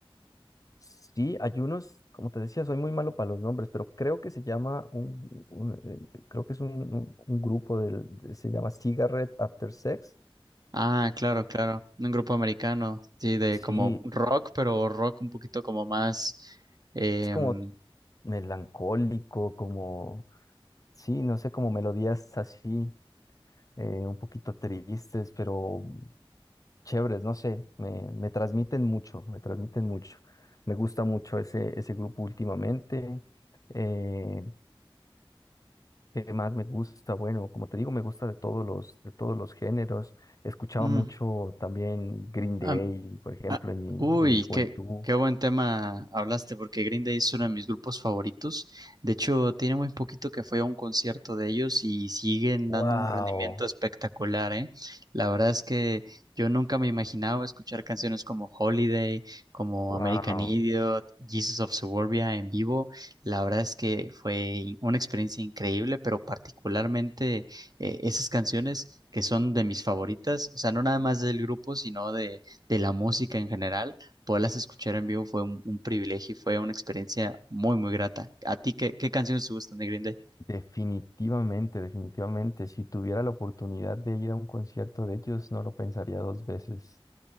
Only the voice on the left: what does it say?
sí, hay unos, como te decía, soy muy malo para los nombres, pero creo que se llama un, un- eh, creo que es un, un- un grupo del, se llama Cigarette After Sex.
Sí,
es como melancólico, como, sí, no sé, como melodías así, eh, un poquito tristes, pero chéveres, no sé, me, me transmiten mucho, me transmiten mucho. Me gusta mucho ese, ese grupo últimamente. Eh, ¿qué más me gusta? Bueno, como te digo, me gusta de todos los, de todos los géneros. Escuchaba
mucho también Green Day,
por ejemplo,
en mi,
en mi juventud.
¡Wow!
¡Wow!
Definitivamente, definitivamente. Si tuviera la oportunidad de ir a un concierto de ellos, no lo pensaría dos veces.